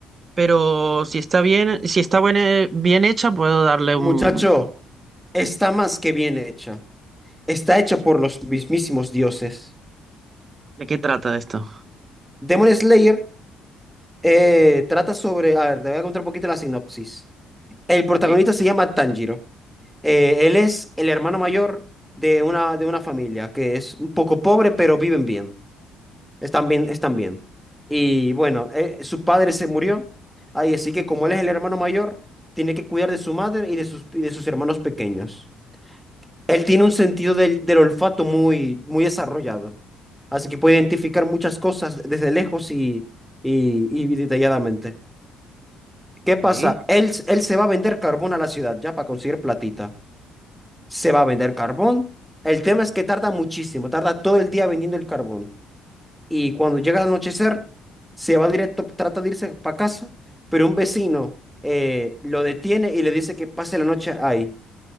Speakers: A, on the right; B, in the centre.
A: pero si está bien, si está buen- eh, bien hecha, puedo darle
B: Muchacho,
A: un...
B: está más que bien hecha. Está hecha por los mismísimos dioses.
A: ¿De qué trata esto?
B: Demon Slayer eh, trata sobre... A ver, te voy a contar un poquito la sinopsis. El protagonista
A: Eh,
B: se llama Tanjiro. Eh, él es el hermano mayor de una, de una familia que es un poco pobre, pero viven bien. Están bien, están bien. Y bueno, eh, su padre se murió. Ay, así que como él es el hermano mayor, tiene que cuidar de su madre y de sus, y de sus hermanos pequeños. Él tiene un sentido del, del olfato muy, muy desarrollado. Así que puede identificar muchas cosas desde lejos y, y, y detalladamente. ¿Qué pasa?
A: ¿eh?
B: Él, él se va a vender carbón a la ciudad ya para conseguir platita. Se va a vender carbón. El tema es que tarda muchísimo, tarda todo el día vendiendo el carbón. Y cuando llega el anochecer, se va directo, trata de irse para casa, pero un vecino eh, lo detiene y le dice que pase la noche ahí.